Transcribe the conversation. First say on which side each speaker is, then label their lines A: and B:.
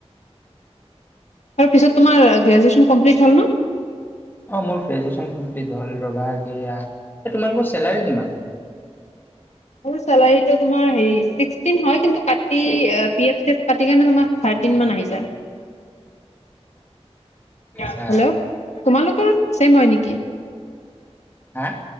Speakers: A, on the left; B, on the left.
A: আৰু পিছত তোমাৰ গ্ৰেজুৱেশ্যন কমপ্লিট হ'ল ন
B: অ মোৰ গ্ৰেজুৱচন কমপ্লিট হ'ল ৰবা গেয়া এ তোমালোকৰ চেলাৰী কিমান
A: চেলাউৰি টো তোমাৰ হেৰি চিষ্টিন হয় কিন্ত কাতি এ পি এফ কাটিকেনে তোমাৰ থাৰ্টি ন মান আহি জায় <unintelligible>
B: আচ্ছা
A: হেল্ল' তোমালোকৰ চেম হয় নেকি
B: হা